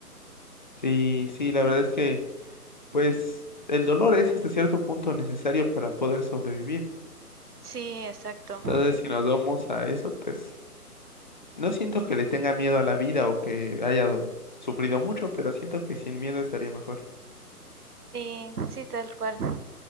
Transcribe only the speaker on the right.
Sí, exacto.
Sí, sí, tal cual.